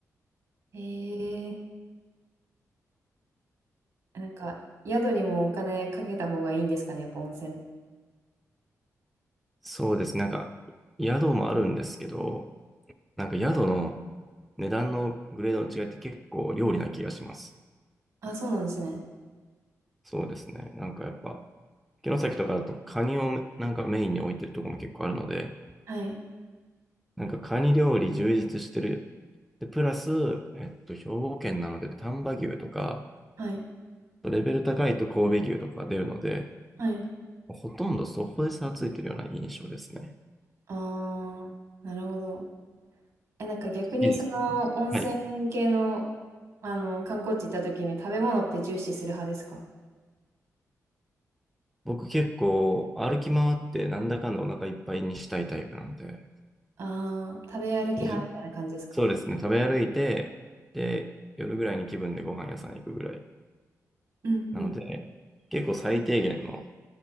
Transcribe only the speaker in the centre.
そうですね。なんか、宿もあるんですけど、なんか宿の値段のグレードの違いって結構料理な気がします。
そうですね。なんかやっぱ、城崎とかだとカニをなんかメインに置いてるところも結構あるので、
なんかカニ料理充実してる。で、プラス、えっと、兵庫県なので丹波牛とか、
レベル高いと神戸牛とかが出るので、
ほとんどそこで差がついてるような印象ですね。
いいですかはい。
僕結構歩き回ってなんだかんだお腹いっぱいにしたいタイプなので、
でじそうですね、食べ歩いて、で、夜ぐらいに気分でご飯屋さん行くぐらい。
なので、結構最低限の